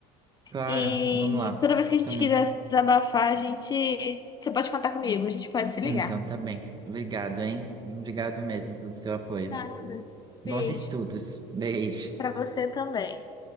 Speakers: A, on the right (about 30°); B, on the left (about 30°).
A: Claro,
B: E
A: vamos lá.
B: toda vez que a gente
A: Também.
B: quiser se desabafar, a gente. Você pode contar comigo, a gente pode se ligar.
A: Então, tá bem. Obrigado, hein? Obrigado mesmo pelo seu apoio.
B: Nada. Beijo.
A: Bons estudos. Beijo.
B: Pra você também.